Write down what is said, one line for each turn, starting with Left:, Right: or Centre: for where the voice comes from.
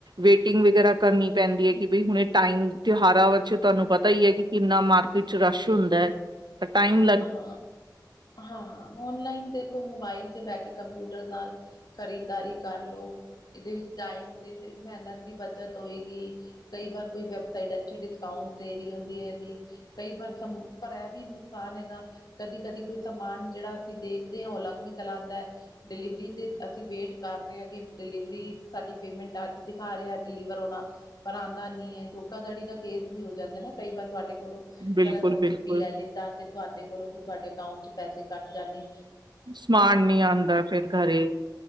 Right: ਵੇਟਿੰਗ ਵਗੈਰਾ ਕਰਨੀ ਪੈਂਦੀ ਏ ਕਿ ਬਈ ਹੁਨੇ ਟਾਈਮ ਤਿਉਹਾਰਾਂ ਵੱਚ ਤੁਆਨੂੰ ਪਤਾ ਈ ਏ ਕਿ ਕਿੰਨਾ ਮਾਰਕੀਟ 'ਚ ਰਸ਼ ਹੁੰਦੈ ਤਾਂ ਟਾਈਮ
Left: ਹਾਂ-ਹਾਂ, ਹਾਂ-ਹਾਂ ਓਨਲਾਈਨ ਦੇਖੋ ਮੋਬਾਈਲ 'ਚ ਬੈਅ ਕੇ ਕੰਪਿਊਟਰ ਨਾਲ ਖਰੀਦਾਰੀ ਕਰ ਲੋ। ਇਦੇ ਵਿੱਚ ਟਾਈਮ ਤੇ ਮਿਹਨਤ ਦੀ ਬਚਤ ਹੋਏਗੀ। ਕਈ ਬਾਰ ਕੋਈ ਵੈਬਸਾਈਟ ਅਛੀ ਡਿਸਕਾਊਂਟ ਦੇ ਰਈ ਹੁੰਦੀ ਏ ਏਦੀ। ਕਈ ਬਾਰ ਸਮ ਪਰ ਐ ਬੀ ਨੁਕਸਾਨ ਹੈਗਾ। ਕਦੀ-ਕਦੀ ਕੋਈ ਸਮਾਨ ਜੇੜਾ ਅਸੀ ਦੇਖਦੇ ਆਂ ਓ ਅਲੱਗ ਨਿਕਲ ਆਂਦੈ ਡਿਲੀਵਰੀ ਦੇ ਅਸੀ ਵੇਟ ਕਰ ਰਏ ਹੈਗੇ ਡਿਲੀਵਰੀ ਸਾਡੀ ਪੇਮੈਂਟ ਆੱਜ ਦਿਖਾ ਰਿਐ ਡਿਲੀਵਰ ਹੋਨਾ ਪਰ ਆਂਦਾ ਨੀ ਐ। ਧੋਕਾਦੜੀ ਦਾ ਕੇਸ ਵੀ ਹੋ ਜਾਂਦੈ ਨਾ ਕਈ ਬਾਰ, ਤੁਆਡੇ ਕੋਲੋਂ
Right: ਬਿਲਕੁਲ
Left: ਗਲਤ ਔ
Right: ਬਿਲਕੁਲ
Left: ਟੀ ਪੀ ਲੈ ਲਿੱ ਤਾ ਤੇ ਤੁਆਡੇ ਕੋਲੋਂ ਤੁਆਡੇ ਅਕਾਊਂਟ 'ਚ ਪੈਸੇ ਕੱਟ ਜਾਨੇ
Right: ਸਮਾਨ ਨੀ ਆਂਦਾ ਫੇਰ ਘਰੇ